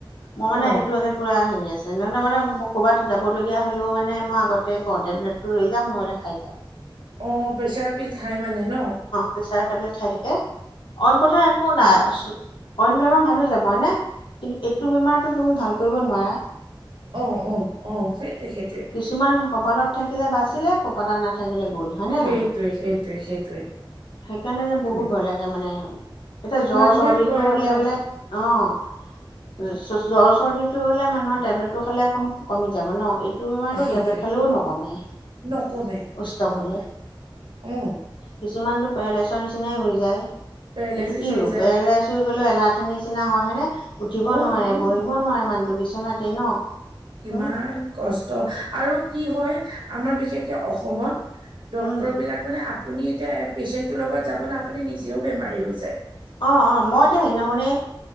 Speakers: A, on the left; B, on the right.
A: মই মানে
B: অ
A: সেইটো হে পুৰা হেৰি আছো। তেনেহ'লে মানে মই ক'ৰবাত যাবলগীয়া হ'লেও মানে মই আগতে কওঁ, তেবলেটটো লৈ যাম নহ'লে খাই যা।
B: অ', প্ৰেচাৰ পিল খাই মানে ন?
A: প্ৰেচাৰ টেবলেট খাই থাকে। অইন কথা একো নাই। অইন বেমাৰ ভালো যাব হয়নে? কিন্তু এইটো বেমাৰতটো তুমি ভাল কৰিব নোৱাৰা।
B: অ', অ', অ', সেইটোৱে-সেইটোৱে।
A: কিছুমান কপালত থাকিলে বাচিলে, কপালত নাথাকিলে গ'ল।
B: সেইটোৱে
A: হয়নে নহয়?
B: সেইটোৱে সেইটোৱে
A: সেইকাৰণে যে
B: সেইটোৱে
A: বহুত ভয় লাগে মানে। এতিয়া জ্বৰ
B: মানুহে
A: চৰ্দিটো
B: কয়
A: হলে
B: ন
A: বোলে অ'। জ্বৰ চৰ্দিটো হ'লে মানুহৰ টেবলেটটো খালে এ কমি যাব ন? এইটো বেমাৰটো
B: সেইটোৱে
A: টেবলেট খালেও নকমে
B: নকমে
A: উষ্টৱ
B: নকমে
A: হ'লে।
B: অ
A: কিছুমানতো পেৰালাইচৰ নিচিনাই হৈ যায়।
B: পেৰালাইচিছ
A: কিন্তু কি
B: হৈ যায়
A: পেৰালাইচ চুই গ'লেও এলাহথান নিচিনা হয় হয়েনে? উঠিব
B: অ',
A: নোৱাৰে
B: অ',
A: বহিব নোৱাৰে মানুহটো বিচনাতে ন?
B: কিমান
A: উম
B: কষ্ট আৰু কি হয় আমাৰ বিশেষকে অসমত। ডক্তৰ
A: উম
B: বিলাক মানে আপুনি এতিয়া পেচেন্টটোৰ লগত যাব ন আপুনি নিজেও বেমাৰী হৈ যায়
A: অঁ অঁ মই এতিয়া সেইদিনাখণই